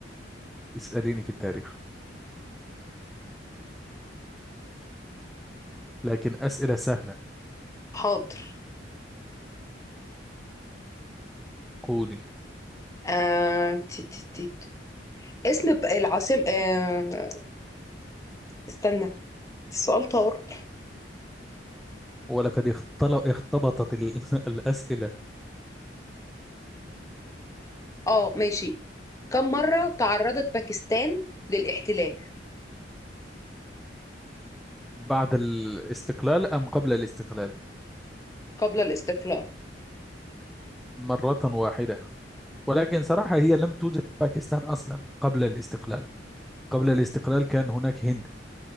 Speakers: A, in the centre; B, on the left (about 15°).
A: اسأليني في التاريخ لكن أسئلة سهلة
B: حاضر
A: قولي
B: آه... تي تي تي. اسم ب- العاصمة آه... استنى السؤال طار
A: ولقد اختل... اختبطت ال... <laughs> الأسئلة
B: اه ماشي كم مرة تعرضت باكستان للاحتلال
A: بعد الاستقلال أم قبل الاستقلال
B: قبل الاستقلال؟
A: مرة واحدة ولكن صراحة هي لم توجد باكستان أصلا قبل الاستقلال قبل الاستقلال كان هناك هند